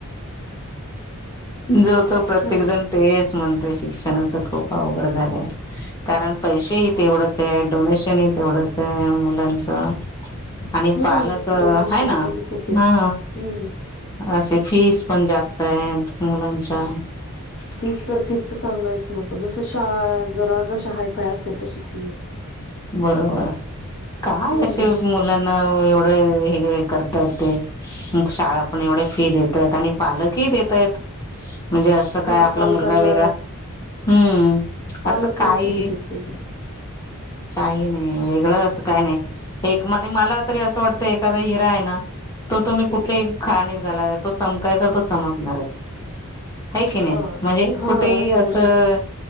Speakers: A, on the left; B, on the left.
A: जो तो प्रत्येक
B: हा ना
A: जण तेच म्हणत शिक्षणाच खूप अवघड झालं कारण पैसेही तेवढंच आहे डोनेशन तेवढंच आहे अम्बुलनस आणि
B: हम्म
A: पालक
B: डोनेशन
A: ह ना
B: पण खूप आहेत
A: ह
B: हम्म
A: असे फीस पण जास्त आहे मुलांच्या
B: फीस् तर फी च सांगायच नको जस शाळा जरा जश हायफाय असतील तशी फी
A: बरोबर काय
B: हम्म
A: असे मुलांना एवढं हे वगरे करताय ते म शाळा पण एवढ्या फी देतय आणि पालकही देतयत म्हणजे असं काय
B: हा
A: आपला
B: पालकांना
A: मुलगा वेगळा हम्म
B: पालक
A: असं काही.
B: पण फी देतेत तेवढी
A: काही नाही वेगळं असं काही नाही एक म्हणज मला तरी असं वाटतं एखादा हिरा आहे ना. तो तुम्ही
B: हम्म
A: कुठलीही खाणीत घाला तो चमकायचा तो चमकणारच. आहे की नाही
B: हा
A: म्हणजे
B: हा
A: कुठेही
B: आहे ना
A: असं
B: बरोबर आहे ना